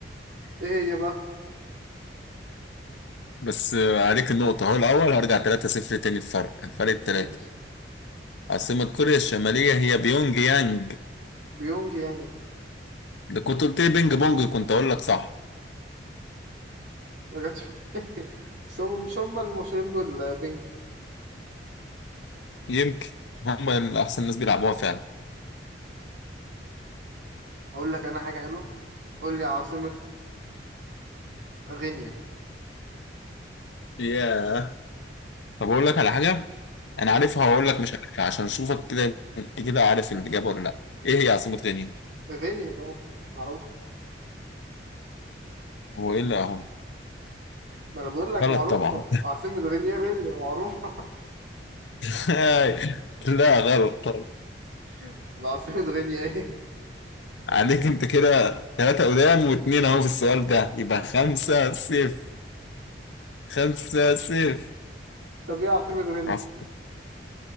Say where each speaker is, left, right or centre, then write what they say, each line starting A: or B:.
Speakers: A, on the right; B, on the left.
A: ايه هي بقى
B: بس آه، عليك النقطة هو الأول هرجع 3-0 تاني الفرق فرق
A: ماشي.
B: تلاتة عاصمة كوريا الشمالية هي بيونج يانج
A: بيونج يانج
B: لو كنت قلت لي بينج بونج كنت أقول لك صح
A: ما جاتش <laughs> بس هم مش هم اللي مشهورين بالبنج
B: يمكن هم أحسن ناس بيلعبوها فعلا
A: اقول لك انا حاجة حلوة قول لي عاصمة غينيا
B: ياه طب اقول لك على حاجه انا عارفها وهقول لك مش عارفها عشان اشوفك كده انت كده عارف الاجابه ولا لا ايه هي عاصمه غينيا
A: غينيا طبعا معروف
B: هو ايه اللي اهو
A: ما انا بقول لك
B: غلط
A: معروفة
B: طبعا
A: عاصمة غينيا غينيا معروفة
B: <laughs> لا غلط طبعا
A: <laughs> ده عاصمة غينيا ايه
B: عليك انت كده ثلاثة قدام واتنين اهو في السؤال ده يبقى خمسة صفر خمسة صفر
A: طب ايه عاصمة غينيا
B: عاصمة-